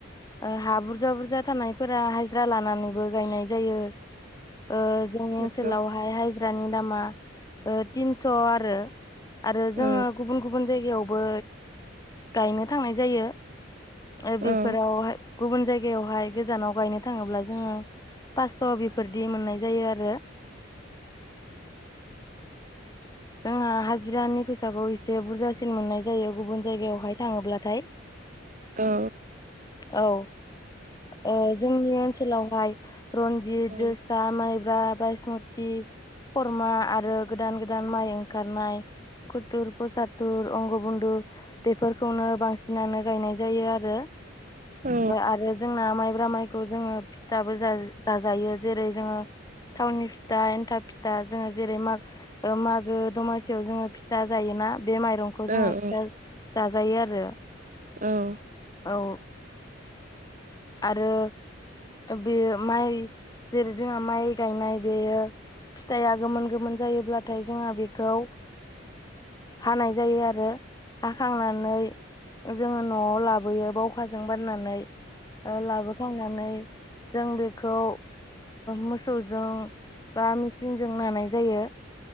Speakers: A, on the left (about 20°); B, on the right (about 40°).
A: ओ हा बुरजा बुरजा थानायफोरा हाजिरा लानानैबो गायनाय जायो। ओ जोंनि ओनसोलावहाय
B: नंगौ
A: हाजिरानि दामा ओ थिन्स' आरो आरो जोङो
B: औ
A: गुबुन गुबुन जायगायावबो गायनो थांनाय जायो। ओ बेफोरावहाय
B: औ
A: गुबुन जायगायावहाय गोजानाव गायनो थाङोब्ला जोङो फास्स' बेफोरदि मोननाय जायो आरो।
B: <unintelligible>
A: जोंहा हाजिरानि फैसाखौ एसे बुरजासिन मोननाय जायो गुबुन जायगायावहाय थाङोब्लाथाय
B: औ
A: औ जोंनि ओनसोलावहाय रन्जित
B: औ
A: जोसा माइब्रा बायसमत थि खरमा आरो गोदान गोदान माइ ओंखारनाय खुथुर फसाथुर बंग बन्न्दु बेफोरखौनो बांसिनानो गायनाय जायो आरो
B: औ
A: आरो जोंना माइब्रा माइखौ जोङो फिथाबो जाजायो जेरै जोङो थावनि फि फिथा एन्थाब फिथा जोङो जेरै मागो मागो दमासियाव जोङो फिथा जायोना बे माइरं बेखौ
B: औ
A: जोंहा फिथा
B: औ
A: जाजायो आरो
B: औ
A: औ आरो बेयो माइ जेरै जोंहा माइ गायनाय बेयो फिथाइआ गोमोन गोमोन जायोब्लाथाय जोंहा बेखौ हानाय जायो आरो हाखांनानै जोङो न'आव लाबोयो बावखाजों बाननानै लाबोखांनानै जों बेखौ मोसौजों बा मेचिनजों नानाय जायो